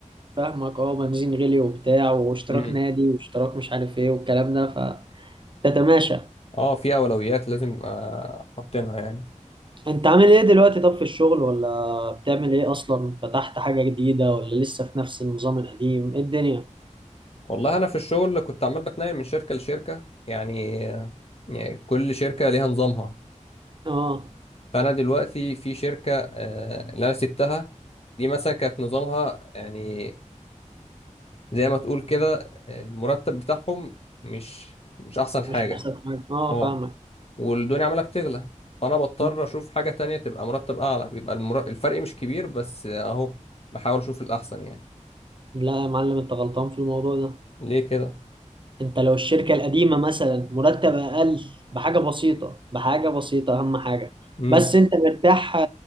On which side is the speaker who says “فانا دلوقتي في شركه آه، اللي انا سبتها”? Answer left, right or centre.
Left